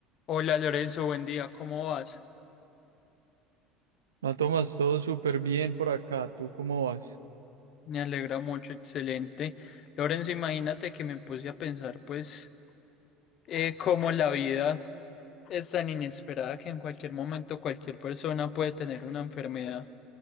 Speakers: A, on the left (about 45°); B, on the right (about 70°).
A: Hola Lorenzo, buen día, ¿cómo vas?
B: No, tomas todo súper bien por acá. ¿Tú cómo vas?
A: Me alegra mucho, excelente. Lorenzo, imagínate que me puse a pensar, pues, eh, cómo la vida es tan inesperada que en cualquier momento cualquier persona puede tener una enfermedad.